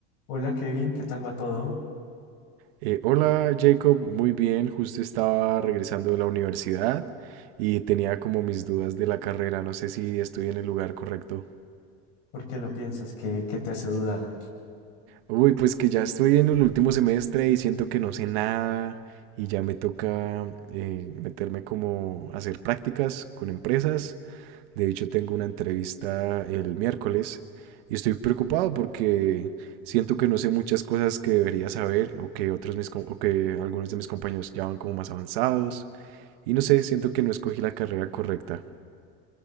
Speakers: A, on the left; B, on the right.
A: Hola Kevin, ¿qué tal va todo?
B: Eh, hola Jacob, muy bien, justo estaba regresando de la universidad y tenía como mis dudas de la carrera, no sé si estoy en el lugar correcto.
A: ¿Por qué lo piensas? ¿Qué, qué te hace dudar?
B: Uy, pues que ya estoy en el último semestre y siento que no sé nada y ya me toca eh, meterme como a hacer prácticas con empresas. De hecho, tengo una entrevista el miércoles y estoy preocupado porque siento que no sé muchas cosas que debería saber o que otros mis, com- o que algunos de mis compañeros ya van como más avanzados. Y no sé, siento que no escogí la carrera correcta.